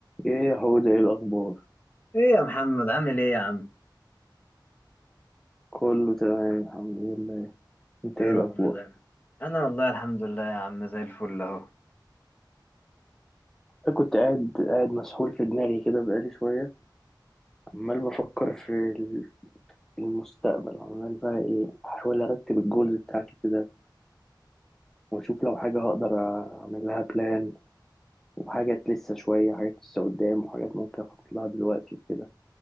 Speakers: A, in the centre; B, on the left (about 25°).
A: ايه يا حود ايه الاخبار
B: ايه يا محمد عامل ايه يا عم
A: كله تمام الحمد لله انت
B: يا
A: ايه
B: رب
A: الاخبار
B: دايما انا والله الحمد لله يا عم زي الفل اهو
A: انا كنت قاعد قاعد مسحول في دماغي كده بقالي شويه عمال بفكر في ال- المستقبل عمال بقى ايه احاول ارتب الجولز بتاعتي كده واشوف لو حاجه هقدر اعمل لها بلان وحاجات لسه شويه حاجات لسه قدام وحاجات ممكن اخطط لها دلوقتي وكده